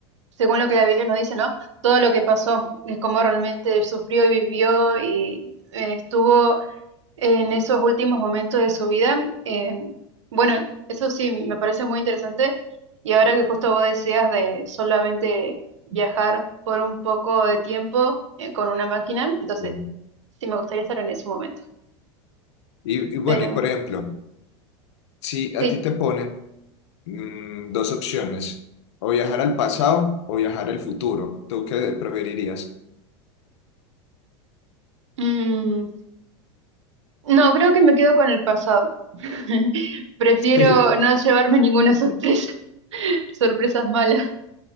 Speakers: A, on the right; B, on the left.
A: según lo que la Biblia nos dice, ¿no? Todo lo que pasó, eh, cómo realmente sufrió y vivió y eh, estuvo en esos últimos momentos de su vida. eh, bueno, eso sí, me parece muy interesante. Y ahora que justo vos decías de solamente viajar por un poco de tiempo eh, con una máquina, entonces
B: Sí.
A: sí me gustaría estar en ese momento.
B: Y, y bueno,
A: Pero
B: y por ejemplo, si a
A: sí.
B: ti te ponen... Mm, dos opciones, o viajar al pasado o viajar al futuro. ¿Tú qué preferirías?
A: Mm, no, creo que me quedo con el pasado. <laughs> Prefiero
B: Sí.
A: no llevarme ninguna sorpresa, <laughs> sorpresas malas.